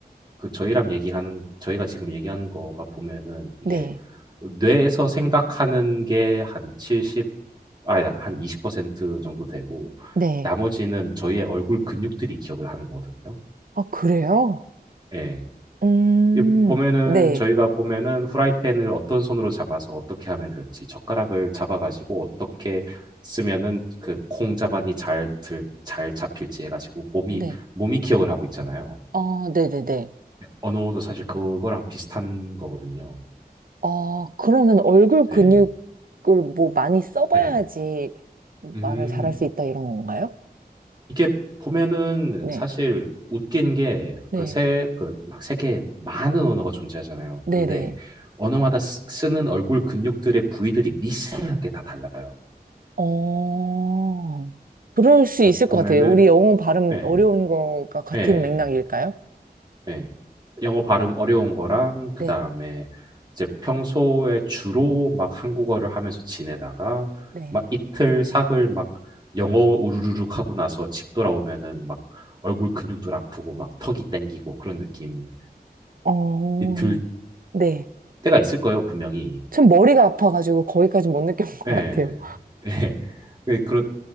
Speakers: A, on the right; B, on the right.
A: 그 저희랑 얘기하는, 저희가 지금 얘기하는 거가 보면은 이게
B: 네.
A: 뇌에서 생각하는 게 한 70, 아니다, 한 20% 정도 되고
B: 네.
A: 나머지는 저희의 얼굴 근육들이 기억을 하는 거거든요.
B: 아, 그래요?
A: 예.
B: 음,
A: 이 보면은
B: 네.
A: 저희가 보면은 후라이팬을 어떤 손으로 잡아서 어떻게 하면 될지 젓가락을 잡아가지고 어떻게 쓰면은 그 콩자반이 잘 들, 잘 잡힐지 해가지고 몸이
B: 네.
A: 몸이 기억을 하고 있잖아요.
B: 아, 네네네.
A: 언어도 사실 그거랑 비슷한 거거든요.
B: 아, 그러면 얼굴 근육을
A: 네,
B: 뭐 많이 써봐야지
A: 네. 음,
B: 말을 잘할 수 있다 이런 건가요?
A: 이게 보면은
B: 네.
A: 사실 웃긴 게
B: 네.
A: 그 세, 그 막 세계에 많은 언어가 존재하잖아요.
B: 네네.
A: 근데 언어마다 쓰- 쓰는 얼굴 근육들의 부위들이 미세하게 다 달라요.
B: 어, 그럴 수 있을
A: 보면은
B: 것 같아요. 우리 영어 발음
A: 예,
B: 어려운 거가 같은
A: 예,
B: 맥락일까요?
A: 예. 영어 발음 어려운 거랑 그다음에
B: 네.
A: 이제 평소에 주로 막 한국어를 하면서 지내다가
B: 네.
A: 막 이틀 사흘 막 영어 우르르륵 하고 나서 집 돌아오면은 막 얼굴 근육도 아프고 막 턱이 땡기고 그런 느낌이
B: 어,
A: 들
B: 네.
A: 때가 있을 거예요, 분명히.
B: 전 머리가 아파가지고 거기까지 못 느껴본 것
A: 예.
B: 같아요.
A: <laughs> 예. 그- 그렇